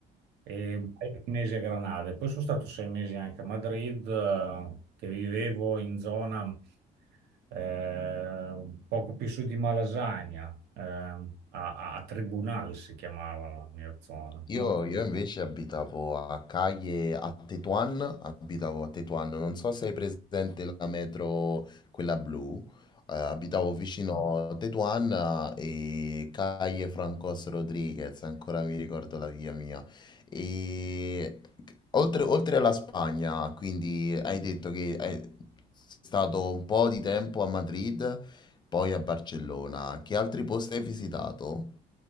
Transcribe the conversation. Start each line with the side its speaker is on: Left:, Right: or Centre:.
Right: e un paio di mesi a Granada. E Poi sono stato sei mesi anche a Madrid, eh, che vivevo in zona eh, poco più su di Malasagna, eh, a, a- a Tribunal si chiamava la mia zona.
Left: Io,
Right: Mo-
Left: io invece abitavo a Caglie, a Tetuan, abitavo a Tetuan, non so se hai presente la metro, quella blu, eh, abitavo vicino a Tetuan eh, e Caglie Francos Rodriguez, ancora mi ricordo la via mia. E oltre, oltre alla Spagna, quindi hai detto che è stato un po' di tempo a Madrid, poi a Barcellona, che altri posti hai visitato?